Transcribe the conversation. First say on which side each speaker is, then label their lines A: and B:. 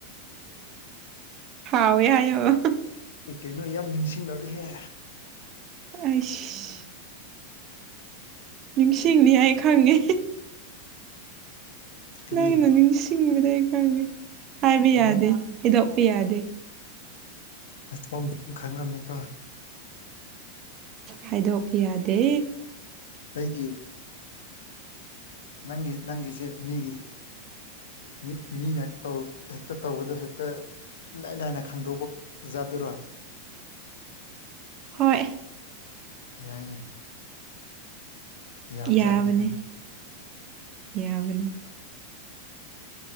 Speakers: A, on the right; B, on the left.
A: ꯍꯥꯎꯋꯦ ꯍꯥꯏꯌꯣ
B: ꯀꯩ ꯀꯩꯅꯣ ꯌꯥꯝ ꯅꯤꯡꯁꯤꯡꯂꯛꯑꯦꯍꯦ
A: ꯑꯩꯁ ꯅꯤꯡꯁꯤꯡꯅꯤ ꯑꯩ ꯈꯪꯉꯦ
B: ꯀꯔꯤ
A: ꯅꯪꯅ ꯅꯤꯡ ꯁꯤꯡꯕꯗꯣ ꯑꯩ ꯈꯪꯉꯦ ꯍꯥꯏꯕ
B: ꯀꯔꯤ
A: ꯌꯥꯗꯦ ꯍꯥꯏꯗꯣꯛꯄ ꯌꯥꯗꯦ
B: ꯑꯁꯣꯝꯗꯤ <inaudible> ꯈꯪꯔꯝꯃꯤꯀꯣ
A: ꯍꯥꯏꯗꯣꯛꯄ ꯌꯥꯗꯦ
B: ꯑꯩꯒꯤ ꯅꯪꯒꯤ ꯅꯪꯒꯤꯁꯦ ꯃꯤꯒꯤ ꯃꯤ ꯃꯤꯅ ꯇꯧ ꯍꯦꯛꯇ ꯇꯧꯕꯗꯣ ꯍꯦꯛꯇ ꯏꯂꯥꯏ ꯂꯥꯏꯅ ꯈꯪꯗꯣꯛꯄ ꯑꯣꯖꯥꯗꯨꯔꯣ
A: ꯍꯣꯏ
B: ꯌꯥꯏꯅꯦ ꯌꯥꯕꯖꯥꯠꯅꯤ
A: ꯌꯥꯕꯅꯤ
B: ꯑꯗꯨꯗꯤ
A: ꯌꯥꯕꯅꯤ